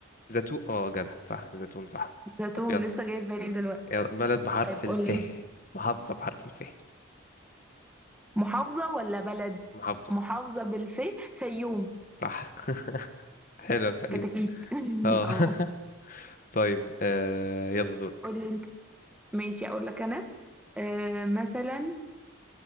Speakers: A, on the left; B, in the centre.
A: زيتون اه جدع صح زيتون صح
B: زيتون
A: طب يلا
B: لسه جاي في بالي دلوقتي
A: يلا بلد بحرف
B: طيب
A: الف
B: قولي
A: محافظة بحرف الف
B: محافظة ولا بلد
A: محافظة
B: محافظة بالفي فيوم
A: صح <laughs> حلو الفيوم
B: كتاكيت <laughs>
A: اه
B: اه
A: <laughs> طيب آه يلا دورك
B: قولي انت ماشي اقول لك انا آه مثلا